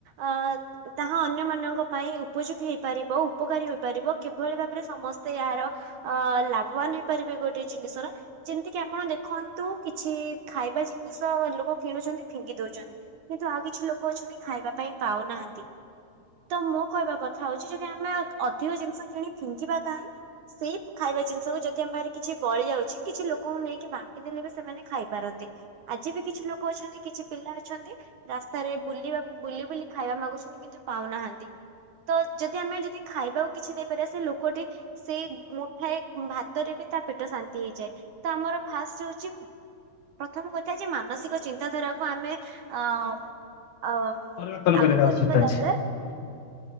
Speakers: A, on the right; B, on the left.
A: ଅ ତାହା ଅନ୍ୟ ମାନଙ୍କ ପାଇଁ ଉପଯୋଗୀ ହେଇପାରିବ ଉପକାରୀ ହେଇପାରିବ କିଭଳି ଭାବରେ ସମସ୍ତେ ଏହାର ଅ ଲାଭବାନ ହେ ଗୋଟେ ଜିନିଷର ଯେମିତି କି ଆପଣ ଦେଖନ୍ତୁ କିଛି ଖାଇବା ଜିନିଷ ଲୋକ କିଣୁଛନ୍ତି ଫିଙ୍ଗି ଦଉଛନ୍ତି କିନ୍ତୁ ଆଉ କିଛି ଲୋକ ଅଛନ୍ତି ଖାଇବା ପାଇଁ ପାଉନାହାନ୍ତି ତ ମୋ କହିବା କଥା ହଉଛି ଯଦି ଆମେ ଅଧିକ ଜିନିଷ କିଣି ଫିଙ୍ଗିବା କାହିଁ ସେଇ ଖାଇବା ଜିନିଷକୁ ଯଦି ଯି ଆମ ପାଖରେ କିଛି ବଳି ଯାଉଛି କିଛି ଲୋକଙ୍କୁ ନେଇକି ବାଣ୍ଟି ଦେଲେ ବି ସେମାନେ ଖାଇପାରନ୍ତି ଆଜି ବି କିଛି ଲୋକ ଅଛନ୍ତି କିଛି ପିଲା ଅଛନ୍ତି ରାସ୍ତାରେ ବୁଲିବା ବୁଲି ବୁଲି ଖାଇବା ମାଗୁଛନ୍ତି କିନ୍ତୁ ପାଉନାହାନ୍ତି ତ ଯଦି ଆମେ ଯଦି ଖାଇବାକୁ କିଛି ଦେଇପାରିବା ସେ ଲୋକଟି ସେଇ ମୁଠାଏ ଭ ତାପରେ ବି ତା ପେଟ ଶାନ୍ତି ହେଇଯାଏ, ତ ଆମର ଫାଷ୍ଟ ହଉଛି ପ୍ରଥମ କଥା ଯେ ମାନସିକ ଚିନ୍ତାଧାରାକୁ ଆମେ ଅ ଅ
B: ପରିବର୍ତ୍ତନ
A: ଆଗକୁ
B: କରିବାର ଆବଶ୍ୟକତା
A: ନେବା ଦରକାର।